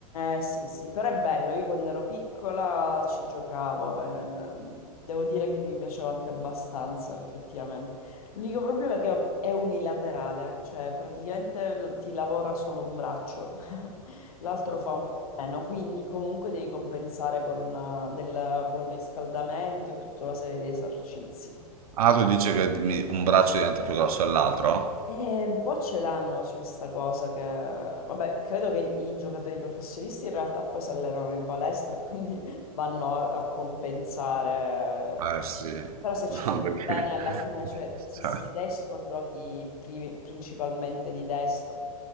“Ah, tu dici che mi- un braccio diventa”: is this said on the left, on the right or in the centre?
Right